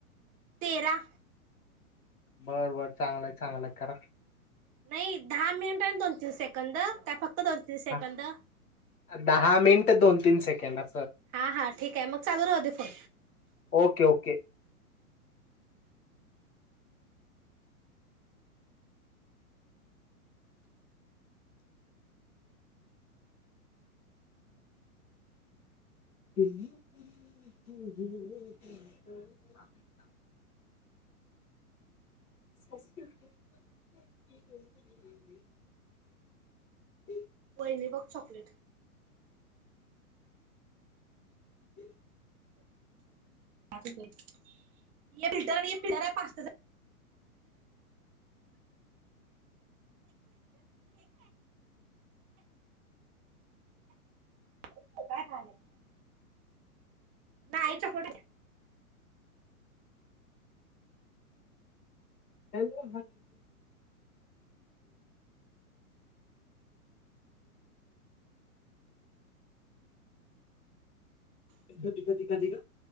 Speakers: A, on the right; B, on the left.
A: तेरा.
B: बर बर चांगलं आहे चांगलं आहे करा.
A: नाही दहा मिनिट आहे दोन तीन सेकंद का फक्त. दोन तीन सेकंद
B: ह दहा मिनिट दोन. तीन सेकंद.
A: हा हा ठीक आहे मग चालू राहुदे फोन.
B: ओके ओके ह्. <inaudible>
A: वहिनी बघ चॉकलेट
B: <inaudible>
A: फिल्टर फिल्टर <unintelligible> <unintelligible> नाही चॉकलेट हाय.
B: हॅलो. कधी कधी ग.